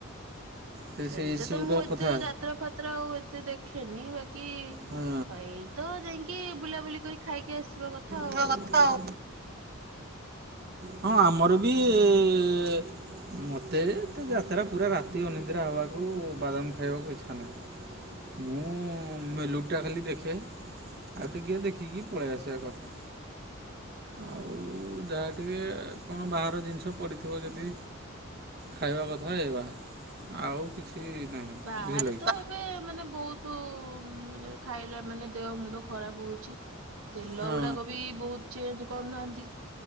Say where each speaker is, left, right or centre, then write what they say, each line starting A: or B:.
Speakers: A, on the right; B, on the right.
A: ସେ
B: ସେଇଟା
A: ସେଇ
B: ତ ମୁଁ ଏତେ
A: କଥା
B: ଯାତ୍ରା ଫାତ୍ରା ଆଉ ଏତେ ଦେଖେନି, ବା କି-ଇ-ଇ
A: ହଁ।
B: ଏଇ ତ ଯାଇକି ବୁଲାବୁଲି କରି ଖାଇକି ଆସିବା କଥା
A: ଥିବା
B: ଆଉ।
A: କଥା ଆଉ। ହଁ ଆମର ବି-ଇ-ଇ-ଇ-ଇ ମୋତେ ତ ଯାତ୍ରା ପୁରା ରାତି ଅନିଦ୍ରା ହେବାକୁ, ବାଦାମ ଖାଇବାକୁ ଇଚ୍ଛା ନାହିଁ। ମୁଁ ମେଲୁ ଟା ଖାଲି ଦେଖେ, ଆଉ ଟିକେ ଦେଖିକି ପଳେଇ ଆସିବା କଥା।
B: ହୁଁ।
A: ଆଉ-ଉ -ଉ ଯାହା ଟିକେ-ଏ-ଏ କଣ ବାହାର ଜିନିଷ ପଡ଼ିଥିବ ଯଦି ଖାଇବା କଥା ହେଇବା ଆଉ କିଛି ନାହିଁ
B: ବାହାରେ
A: ବୁଝିଲ କି
B: ତ ଏବେ ମାନେ ବହୁତୁ-ଉ-ଉ ମାନେ ଖାଇଲା ମାନେ ଦେହ ମୁଣ୍ଡ ଖରାପ ହଉଛି। ତେଲ
A: ହଁ।
B: ଗୁଡାକ ବି ବହୁତ ଚେଞ୍ଜ କରୁନାହାନ୍ତି,